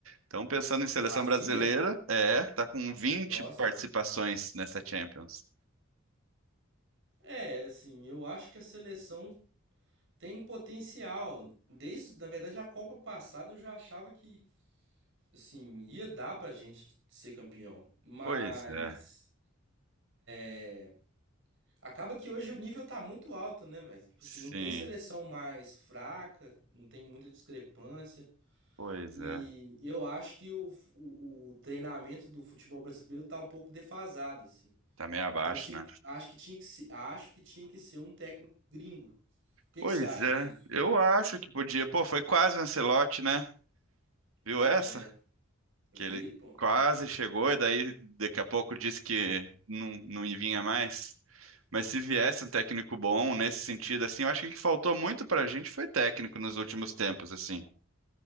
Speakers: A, on the right; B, on the right.
A: Então, pensando em seleção
B: O Rafinha?
A: brasileira, é, tá com vinte
B: Nossa.
A: participações nessa Champions.
B: É, assim, eu acho que a seleção tem potencial. Desde, na verdade, a Copa passada eu já achava que Assim, ia dar pra gente ser campeão, mas
A: Pois é,
B: é, acaba que hoje o nível tá muito alto, né, velho? Tipo
A: sim,
B: assim, não tem seleção mais fraca, não tem muita discrepância.
A: pois
B: E
A: é.
B: eu acho que o, o, o treinamento do futebol brasileiro tá um pouco defasado, assim.
A: Tá meio abaixo,
B: Então tinha,
A: né?
B: acho que tinha que se, acho que tinha que ser um técnico gringo. O que
A: Pois
B: que você acha
A: é,
B: disso?
A: eu acho que podia. Pô, foi quase o Ancelotti, né? Viu
B: Pois
A: essa?
B: é, vi,
A: Que ele
B: pô.
A: quase chegou e daí daqui a pouco disse que não, não vinha mais. Mas se viesse um técnico bom nesse sentido, assim, eu acho que o que faltou muito pra gente foi técnico nos últimos tempos, assim.